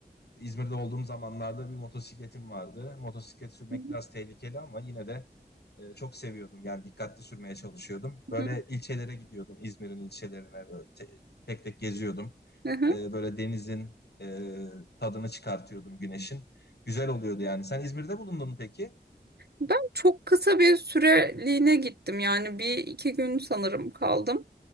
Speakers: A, on the left; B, on the right.
A: İzmir'de olduğum zamanlarda bir motosikletim vardı. Motosiklet sürmek
B: hı
A: biraz tehlikeli ama yine de e, çok seviyordum. Yani dikkatli sürmeye çalışıyordum. Böyle
B: hı,
A: ilçelere gidiyordum İzmir'in ilçelerine böyle te- tek tek geziyordum.
B: hı hı.
A: E, böyle denizin e, tadını çıkartıyordum güneşin. Güzel oluyordu yani. Sen İzmir'de bulundun mu peki?
B: Ben çok kısa bir süreliğine gittim yani bir iki gün sanırım kaldım.